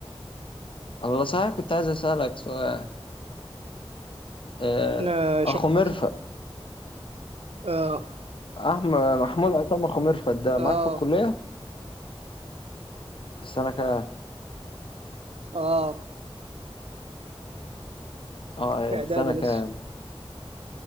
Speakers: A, on the left; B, on the right.
A: الله صحيح كنت عايز اسألك سؤال آه،
B: احنا
A: اخو
B: شغال
A: مرفق
B: اه
A: احمد محمود عصام اخو مرفق ده
B: اه
A: معاك في الكلية في السنة كام
B: اه
A: اه
B: في اعدادي
A: آه، في سنة كام
B: لسه